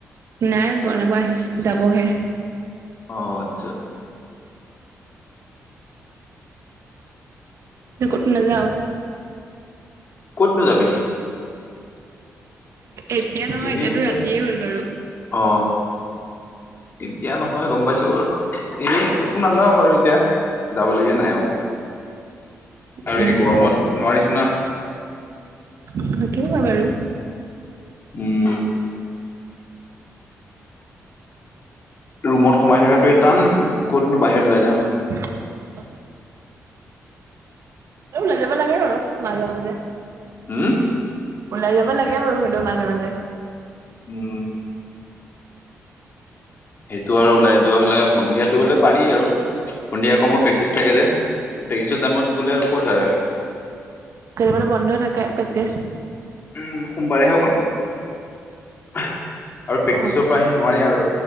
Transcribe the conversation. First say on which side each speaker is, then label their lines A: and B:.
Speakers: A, on the right (about 65°); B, on the left (about 40°).
A: নাই বনাব আহি, যাবহে।
B: অ আচ্ছা
A: তই ক'তো নাযাও।
B: ক'তনো যাবি
A: এতিয়া নহয়
B: এনেই
A: এতিয়াতো
B: এতিয়া
A: ৰাতিয়ে হ'ল বাৰু
B: অ এতিয়া নহয় গম পাইছো বাৰু এনে কতো নাযাও বাৰু এতিয়া যাবলগীয়া নাই অ আৰু
A: উম
B: এই গৰমত নোৱাৰিছো না
A: সেইটো হয় বাৰু
B: উম ৰুমত সোমাই থকাটোৱে টান ক'তনো বাহিৰত ওলাই যাম
A: <unintelligible> তেওঁ ওলাই যাব লাগে বাৰু মাজে মাজে
B: হম
A: ওলাই যাব লাগে বাৰু হ'লেও মাজে মাজে
B: উম সেইটো আৰু ওলাই যোৱা হলে সন্ধিয়াটো হলে পাৰি আৰু সন্ধিয়া আকৌ মোৰ প্ৰেকটিছ থাকে যে প্ৰেকটিচৰ টাইমত গ'লে আৰু হয়
A: কেতিয়া বা টো বন্ধ থাকে প্ৰেক্টিচ
B: উম সোমবাৰে হৈ অকল আৰু প্ৰেক্টিছৰ
A: অ
B: পৰা আহিম নোৱাৰি আৰু